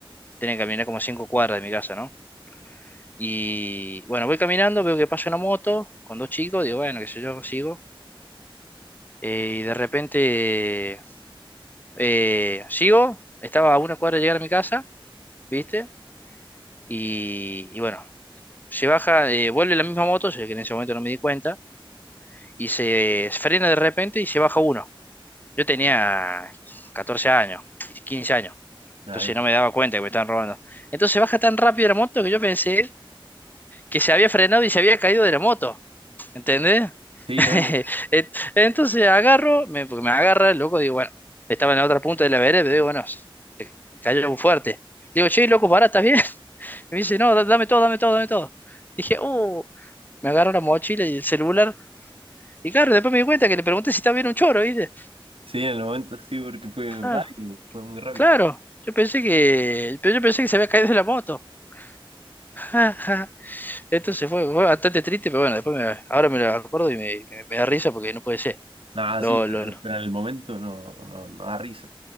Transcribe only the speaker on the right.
Ah,
claro.
Sí,
obvio.
Sí, en el momento sí, porque fue
rápido, fue muy rápido.
Nada,
sí, pero,
pero en el momento no, no, no da risa.